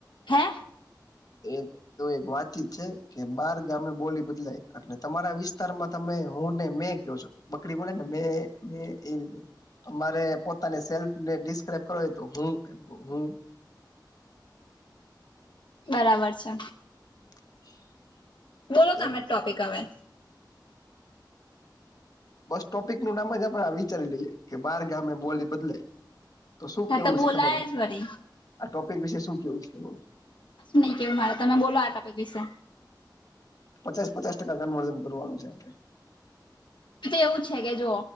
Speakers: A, on the left; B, on the left.
A: હે
B: એ તો એક વાતચીત છે કે બાર ગામે બોલી બદલાય એટલે તમારા વિસ્તારમાં તમે હું ને મેં કયો છું બકરી બોલે ને મે મે એ રીતે અમારે પોતાને સેલ્ફ ને ડિસ્ક્રાઈબ કરો હોય તો હું હું.
A: બરાબર છે.
B: <unintelligible>
A: બોલો તમે
B: એમ
A: ટોપિક હવે.
B: બસ ટોપિક નું નામ જ આપણે વિચારી લઈએ કે બાર ગામે બોલી બદલાય. તો શું
A: હા
B: કેવું
A: બોલાય
B: છે તમારું
A: જ વરી
B: આ ટોપિક વિશે શું કેવું છે બોલો
A: કશું નહી કેવું મારે તમે બોલો આ ટોપિક વિશે
B: પચાસ પચાસ ટકા ગનવર્ધન કરવાનું છે આપડે.
A: તો એવું છે કે જો